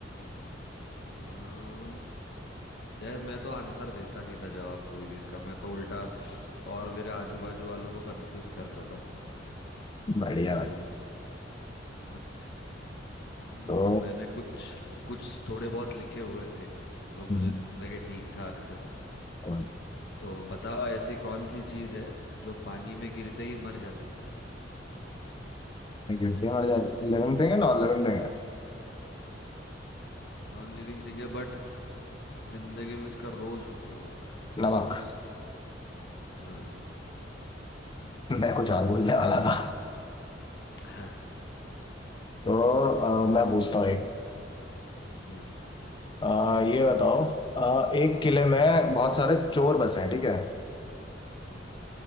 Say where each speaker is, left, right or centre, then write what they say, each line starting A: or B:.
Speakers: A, on the left (about 60°); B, on the left (about 25°).
A: अम, यार मैं तो आंसर देता नहीं था जवाब कोई भी इसका मैं तो उल्टा और मेरे आजू बाजू वालों को कंफ्यूज करता था
B: बढ़िया
A: तो
B: भाई
A: <laughs> हम
B: तो
A: मैंने कुछ कुछ थोड़े बहुत लिखे हुए थे जो मुझे
B: हम्म,
A: लगे ठीक ठाक से
B: और
A: तो बताओ ऐसी कौन सी चीज है जो पानी में गिरते ही मर जाती है
B: मैं गिरते हैं मर जाते लिविंग थिंग है नॉन लिविंग थिंग है
A: नॉन लिविंग थिंग है बट जिंदगी में इसका रोज उपयोग होता है
B: नमक
A: रोज हाँ
B: मैं कुछ और बोलने वाला था
A: हाँ
B: तो अ, मैं पूछता हूँ एक
A: हम्म
B: अ, ये बताओ अ, एक किले में बहुत सारे चोर बसे हैं ठीक है
A: हम्म